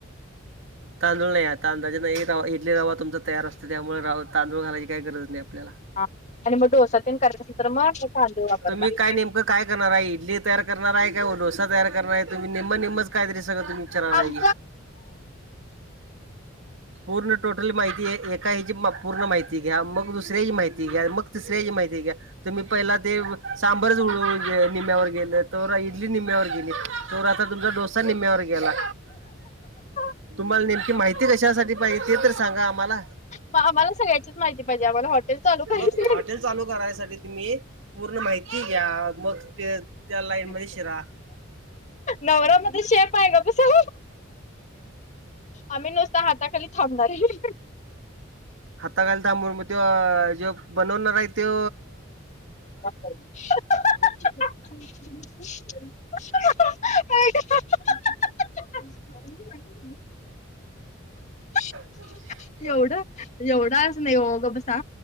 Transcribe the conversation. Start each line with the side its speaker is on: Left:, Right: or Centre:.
Right: तांदूळ नाही आत. तांदळाचा रवा इडले रवा तुमचा तयार असत त्यामुळे राव तांदूळ घायची काही गरज नाही आपल्याला
Left: हा आणि मग डोसातेन करासाठी तर मग तांदूळ वापरता.
Right: तुम्ही काय नेमकं काय करणार आहे इडली तयार करणार आहे का डोसा तयार करणार तुम्ही निम्मा नीमच काय तरी सगळ तुम्ही विचारालाय.
Left: अ.
Right: पूर्ण टोट माहिती आहे एका ह्याची पूर्ण माहिती घ्या मग दुसऱ्याची माहिती घ्या मग तिसऱ्याची माहिती घ्या. तुम्ही पहिला ते सांबरच निम्यावर गेलं. तर इडली निम्म्यावर गेली त आता तुमचा डोसा निम्यावर गेला.
Left: <unintelligible>
Right: तुम्हाला नेमकी माहिती कशासाठी पाहिजे ते तर सांगा आम्हाला
Left: मग आम्हाला सगळ्याचीच माहिती पाहिजे आम्हाला हॉटेल चालू करायचय.
Right: मग हॉटेल चालू करायसाठी तुम्ही पूर्ण माहिती घ्या मग ते त्या लाईन
Left: ह.
Right: मध्ये शिरा
Left: नवरा माझा शेफ आहे गप बसा. आम्ही नुसता हाताखाली थांबणार आहे.
Right: हाता घायला थांबून मग त्यो जे बनवणार आहे त्यो
Left: हो. आई ग. हो.
Right: <unintelligible>
Left: एवढं एवढं आस नाही हो गंप बसा